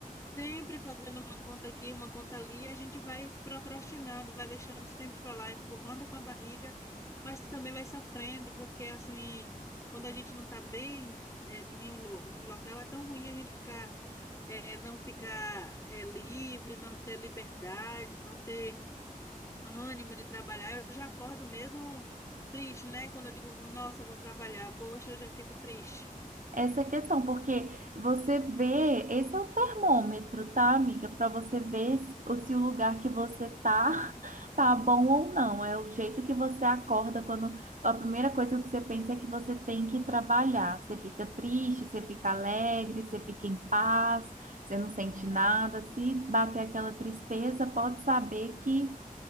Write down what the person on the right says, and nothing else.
essa questão, porque você vê, esse é o termômetro, tá, amiga? Para você ver se o se o lugar que você tá <laughs> tá bom ou não. É o jeito que você acorda quando a primeira coisa que você pensa é que você tem que trabalhar. Você fica triste, você fica alegre, você fica em paz, você não sente nada. Se bater aquela tristeza, pode saber que